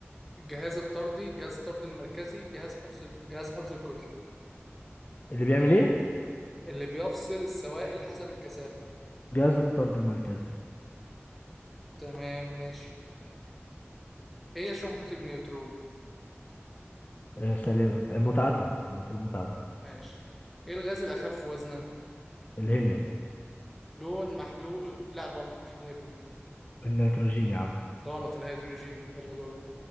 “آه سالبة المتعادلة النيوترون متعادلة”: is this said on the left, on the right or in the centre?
Left